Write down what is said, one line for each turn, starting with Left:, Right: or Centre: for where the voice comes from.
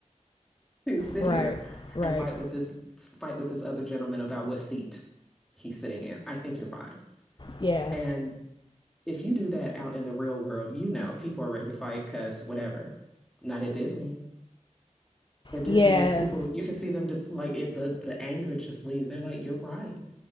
Centre: <laughs> to sit
Left: Right.
Centre: here
Left: Right.
Centre: and fight with this fight with this other gentleman about what seat he's sitting in. I think you're fine."
Left: Yeah.
Centre: And if you do that out in the real world, you know people are ready to fight because whatever. Not at Disney. at Disney,
Left: Yeah.
Centre: people you can see them def like it the the anger just leaves. They're like, "You're right."